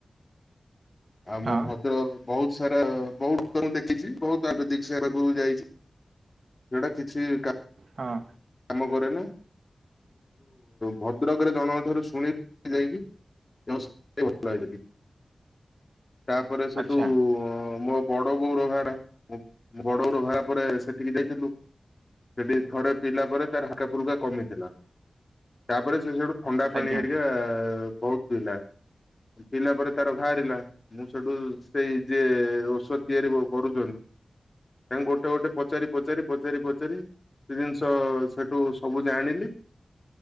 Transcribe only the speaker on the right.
ହଁ
ହଁ।
ଆଚ୍ଛା
ଆଜ୍ଞା।